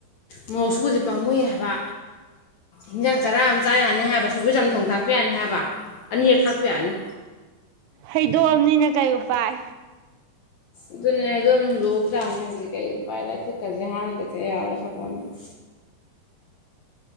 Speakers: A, on the left; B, on the right.
A: ꯃꯣꯔꯣꯛ ꯑꯁꯨꯕꯖꯦ ꯄꯥꯝꯃꯨꯏ ꯍꯥꯏꯕ ꯏꯟꯖꯥꯡ ꯆꯔꯥ ꯑꯃ ꯆꯥ ꯌꯥꯅꯤ ꯍꯥꯏꯕ ꯁꯧꯒꯨ ꯆꯝ ꯊꯣꯡ ꯊꯥꯛꯄ ꯌꯥꯅꯤ ꯍꯥꯏꯕ ꯑꯅꯤꯔꯛ ꯊꯥꯛꯄ ꯌꯥꯔꯅꯤ
B: ꯍꯩꯗꯣꯛꯑꯝꯅꯤꯅ ꯀꯩ ꯑꯄꯥꯏ
A: ꯑꯗꯨꯅꯦ ꯍꯥꯏꯗꯣꯛꯑꯃꯤꯅ ꯍꯣꯟꯗꯣꯛꯎ ꯇꯥꯕꯅꯤ ꯍꯧꯖꯤꯛ ꯀꯩ ꯎꯄꯥꯏ ꯂꯥꯏ ꯈꯨꯨꯠꯀꯁꯦ ꯍꯥꯝꯗꯗꯤ ꯌꯥꯔꯣꯏ ꯁꯄꯣꯟꯅꯒ